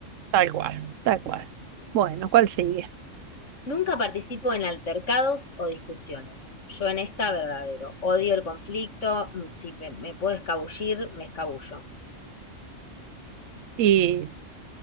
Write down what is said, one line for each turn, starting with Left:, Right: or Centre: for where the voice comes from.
Right: tal cual, tal cual. Bueno, ¿cuál sigue?
Left: Nunca participo en altercados o discusiones. Yo en esta verdadero. Odio el conflicto, mm, si me, me puedo escabullir, me escabullo.
Right: Y